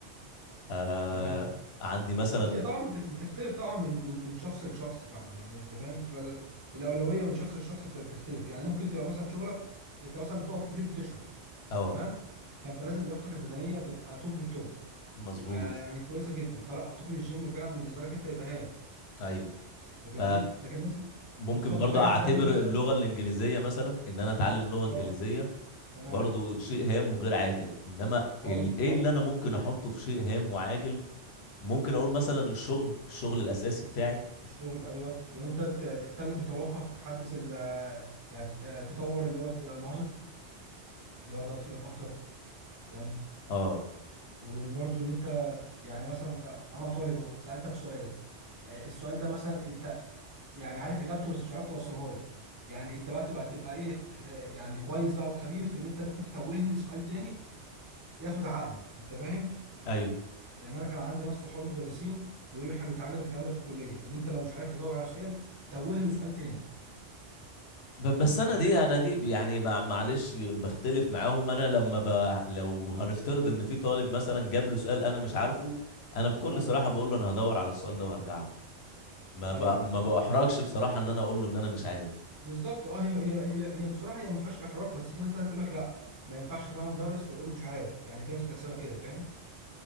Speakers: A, on the left; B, on the right.
A: آه
B: تمام
A: عندي مثلا
B: بص هي طبعا بت- بتختلف طبعا من من من شخص لشخص فعلا يعني انت فاهم بتبقى ال- الاولويه من شخص لشخص بت- بتختلف يعني ممكن تبقى مثلا شغلك انت مثلا بتقف كتير بتشرح
A: اه
B: تمام فانت لازم لياقتك البدنيه تبقى توب التوب
A: مظبوط
B: تبقى يعني كويسه جدا فلا اعتقد الجيم فعلا بالنسبه لك انت يبقى هام
A: ايوه
B: أنت
A: ف
B: فهمتني لكن مثلا
A: ممكن
B: بالظبط
A: برضه
B: واحد
A: اعتبر
B: زي مثلا
A: اللغة الانجليزية مثلا ان انا اتعلم لغة انجليزية
B: اه تمام
A: برضه شيء هام وغير عاجل انما
B: اه
A: ال-
B: بالظبط
A: ايه اللي انا ممكن احطه في شيء هام وعاجل ممكن اقول مثلا الشغل الشغل الاساسي بتاعي
B: الشغل ايوه وان انت ت- تتكلم بطلاقه تحدث ال يعني تطور اللي هو الت- مهارات دي برضه هتفيدك اكتر فاهم
A: اه
B: وان برضو ان انت يعني مثلا آه، انا طالب اهو سالتك سؤال آه، السؤال ده مثلا انت يعني عارف اجابته بس مش عارف توصلها لي يعني انت بقى تبقى تبقى ايه آه، يعني كويس بقى وخبير في ان انت ممكن تتوهني سؤال تاني ياخد عقلي انت فاهم
A: ايوه
B: يعني انا كان عندي ناس صحابي مدرسين بيقولوا لي احنا بنتعلم الكلام ده في الكليه ان انت لو مش عارف تجاوب على سؤال توه له سؤال تاني
A: ب- بس
B: انت
A: انا
B: فاهم
A: دي انا دي يعني مع- معلش بختلف معاهم انا لما ب... لو هنفترض ان في طالب مثلا جاب له سؤال انا مش عارفه انا بكل
B: تمام
A: صراحه بقول له انا هدور على السؤال ده وهرجع لك ما
B: ايوه
A: ب...
B: ايوه
A: ما باحرجش
B: م-
A: بصراحه ان انا اقول له ان انا مش عارف
B: بالظبط اه هي هي هي هي بصراحه هي ما فيهاش احراج بس في ناس تانية تقول لك لا ما ينفعش اكون انا مدرس واقول مش عارف يعني في ناس بتحسبها كده فاهم